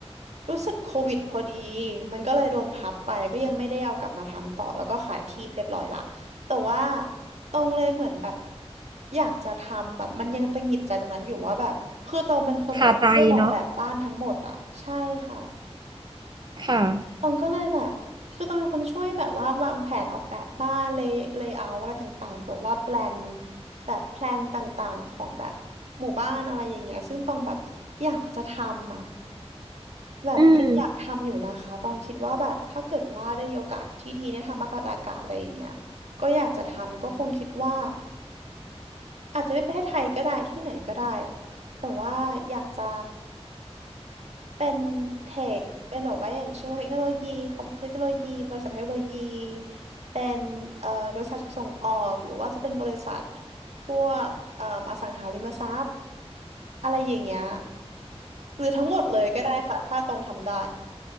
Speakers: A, on the right; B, on the right.
A: รู้สึกโควิดพอดีมันก็เลยโดนพับไปแล้วก็ยังไม่ได้เอากลับมาทำต่อแล้วก็ขายที่เรียบร้อยละแต่ว่าตองเลยเหมือนแบบอยากจะทำแบบมันยังตังหงิดใจตรงนั้นอยู่ว่าแบบคือตองเป็นคนแบบช่วยออกแบบบ้านทั้งหมดอ่ะใช่ค่ะ
B: คาใจเนาะค่ะ
A: ตองก็เลยแบบคือตองเป็นคนช่วยแบบว่าวางแผนออกแบบบ้านเลย์เลเยเอร์อะไรต่างๆแบบว่าแพลนแบบแพลนต่างๆของแบบหมู่บ้านอะไรอย่างเงี้ยซึ่งตองแบบอยากจะทำอ่ะแบบยังอยากทำอยู่นะคะตองคิดว่าแบบถ้าเกิดว่าได้มีโอกาสที่ดีได้ทำมากกว่าอากาศอะไรอย่างเงี้ย
B: อืม
A: ก็อยากจะทำก็คงคิดว่าอาจจะไม่ประเทศไทยก็ได้ที่ไหนก็ได้แต่ว่าอยากจะ เป็นเทคเป็นแบบว่าอย่างเช่นว่าเทคโนโลยีคอมเทคโนโลยีบริษัทเทคโนโลยีเป็นเอ่อบริษัทส่งออกหรือว่าจะเป็นบริษัทพวกเอ่ออสังหาริมทรัพย์อะไรอย่างเงี้ยหรือทั้งหมดเลยก็ได้ค่ะถ้าตรงทำได้